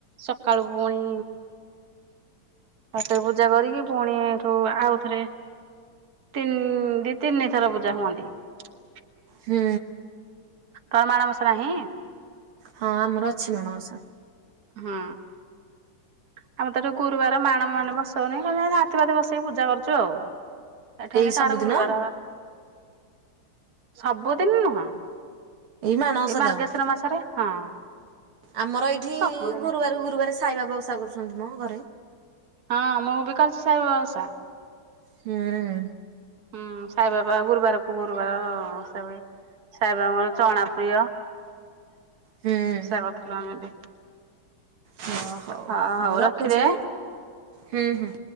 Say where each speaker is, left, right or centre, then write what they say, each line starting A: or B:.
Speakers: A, on the right; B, on the right.
A: ସକାଳୁ ପୁଣି ଠାକୁର ପୂଜା କରିକି ପୁଣି ଏଠୁ ଆଉଥରେ ତିନି ଦି ତିନି ଥର ପୂଜା ହୁଅନ୍ତି ‌।
B: ହୁଁ।
A: ତମର ମାଣବସା ନାହିଁ?
B: ହଁ ଆମର ଅଛି ମାଣବସା।
A: ହଁ। ଆମର ତ ଏଠି ଗୁରୁବାର ମାଣ ମାଣ ବସଉନି ଖାଲି ଯାହା ହାତି ଭାତି ବସେଇକି ପୂଜା କରୁଚୁ ଆଉ। ଏଠାରେ
B: ଏଇ
A: କାହାର
B: ସବୁଦିନ
A: ଗୁରୁବାର ସବୁଦିନି ନୁହଁ
B: ମାଣବସା
A: ଏଇ ମାର୍ଗଶିର
B: ତକ
A: ମାସରେ। ହଁ।
B: ଆମର ଏଇଠି
A: ସବୁଦିନି
B: ଗୁରୁବାରକୁ ଗୁରୁବାର ସାଇବାବା ଓଷା କରୁଛନ୍ତି ମ ଘରେ।
A: ହଁ ମୁଁ ବି କରିଛି ସାଇବାବା ଓଷା।
B: ହୁଁ।
A: ହୁଁ ସାଇବାବା ଗୁରୁବାରକୁ ଗୁରୁବାର ଓଷା ହୁଏ। ସାଇବାବାଙ୍କ ଚଣା ପ୍ରିୟ ଓଷା
B: ହୁଁ
A: କରିଥିଲୁ ଆମେ ବି
B: ହଁ ହଉ
A: ହଁ
B: ଆଉ ରଖୁଛି
A: ରଖିଦେ ହୁଁ।
B: ହୁଁ ହୁଁ।